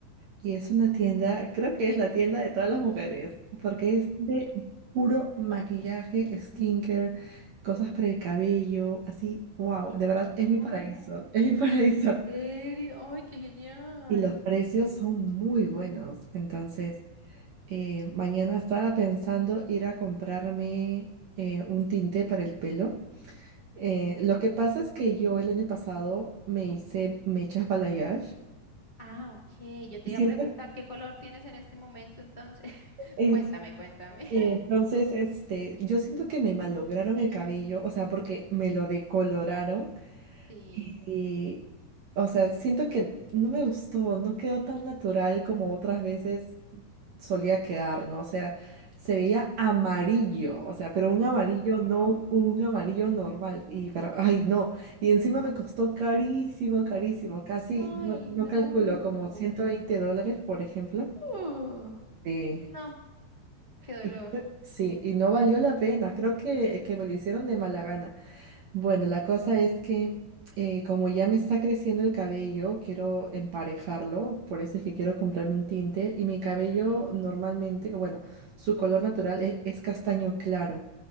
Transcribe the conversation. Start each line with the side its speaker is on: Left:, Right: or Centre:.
Right: y es una tienda, creo que es la tienda de todas las mujeres, porque es de puro maquillaje, skincare, cosas para el cabello, así, wow, de verdad es
Left: Oh,
Right: mi paraíso, <laughs> es mi paraíso.
Left: ¿en serio? ¡Ay, qué genial!
Right: Y los precios son muy buenos, entonces. Eh, mañana estaba pensando ir a comprarme eh, un tinte para el pelo. Eh, lo que pasa es que yo el año pasado me hice mechas balayage
Left: Ah, ok. Yo te
Right: y
Left: iba
Right: siento
Left: a preguntar
Right: que
Left: qué color tienes en este momento, entonces. <laughs>
Right: es,
Left: Cuéntame, cuéntame.
Right: eh, entonces este, yo siento que me malograron el cabello, o sea, porque me lo
Left: Mm,
Right: decoloraron
Left: Sí.
Right: Y, o sea, siento que no me gustó, no quedó tan natural como otras veces solía quedar, ¿no? O sea, se veía amarillo, o sea, pero un amarillo
Left: Ah.
Right: no un amarillo normal. Y, pero, ay, no. Y encima me costó carísimo, carísimo, casi,
Left: Ay,
Right: no, no
Left: no.
Right: calculo, como 120 dólares, por ejemplo.
Left: Uh,
Right: Sí.
Left: no, qué dolor.
Right: Y- Sí, y no valió la pena, creo que, que me lo hicieron de mala gana. Bueno, la cosa es que eh, como ya me está creciendo el cabello, quiero emparejarlo, por eso es que quiero comprarme un tinte y mi cabello normalmente, bueno, su color natural e- es, castaño claro.